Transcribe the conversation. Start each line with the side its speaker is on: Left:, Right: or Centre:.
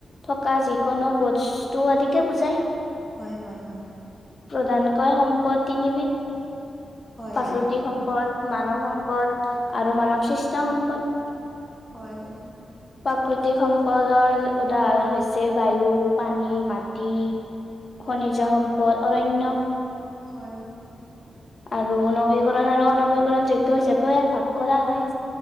Left: থকা যিকোনো বস্তু আদিকে বুজায়।
Centre: হয়, হয়, হয়।
Left: প্ৰধানকৈ সম্পদ তিনিবিধ।
Centre: হয়
Left: পা ই সম্পদ, মানৱ সম্পদ আৰু মানৱ সৃষ্ট সম্পদ।
Centre: হয়।
Left: প্ৰাকৃতিক সম্পদৰ উদাহৰণ হৈছে- বায়ু, পানী, মাটি। খনিজ সম্পদ, অৰণ্য।
Centre: হয়।
Left: আৰু নৱীকৰণ আৰু অনৱীকৰণযোগ্য হিচাপেও ইয়াক ভাগ কৰা হয়।